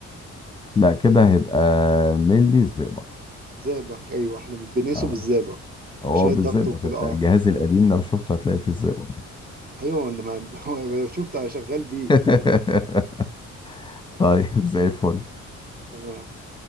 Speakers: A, on the left (about 15°); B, on the right (about 30°).
A: لا كده هيبقى ملي الزئبق
B: زئبق ايوه احنا بنقيسه
A: اه
B: بالزئبق
A: هو
B: عشان
A: بالزئبق
B: الضغط وكده
A: انت
B: اه
A: الجهاز القديم لو شفته هتلاقي فيه الزئبق
B: ايوه انا ما <laughs> شفت انا شغال بيه
A: <laughs> طيب زي الفل
B: تمام